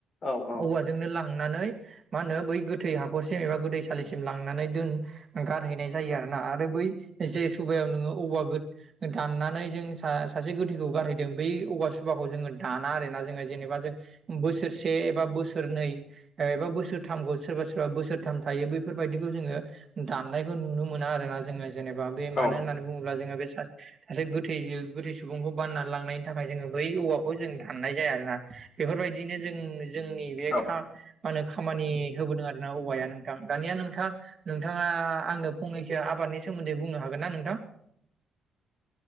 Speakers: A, on the left (about 50°); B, on the right (about 40°).
A: औ औ
B: <unintelligible> औवाजोंनो लांनानै मा होनो बै गोथै हाखरसिम एबा गोथैसालिसिम लांनानै दोनो गारहैनाय जायो आरो ना आरो बै जे सुबभायाव नोङो औवा गो दाननानै जा जों स सासे गोथैखौ गारहैदों बै औवा सुबाखौ जोङो दाना आरो ना जोङो जेनेबा जों बोसोरसे एबा बोसोरनै ओ एबा बोसोरथामखौ सोरबा सोरबा बोसोरथाम थायो बैफोरबायदिखौ जोङो दाननायखौ नुनो मोना आरोना जोङो जेनेबा बे मानो
A: औ
B: होननानै बुङोब्ला जोङो बे सा सासे गोथै गोथै सुबुंखौ बानना लांनायनि थाखाय जोङो बै औवाखौ जों दाननाय जाया आरो ना। बेफोरबायदिनो जों जोंनि बे
A: औ
B: खा मा होनो खामानि होबोदों आरोना औवाया नोंथां दानिया नोंथां। नोंथाङा आंनो फंनैसो आबादनि सोमोनदै बुंनो हागोन ना नोंथां?